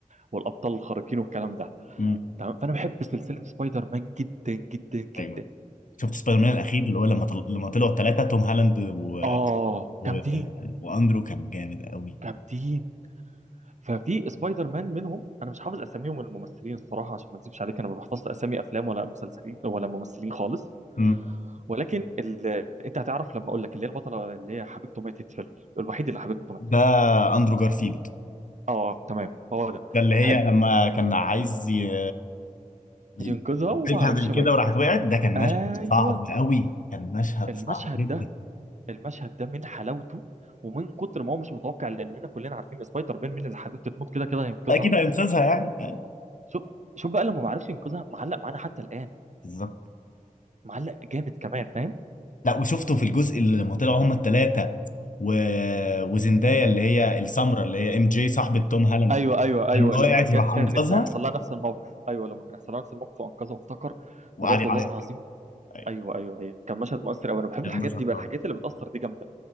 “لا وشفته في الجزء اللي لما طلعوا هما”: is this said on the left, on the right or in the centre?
Left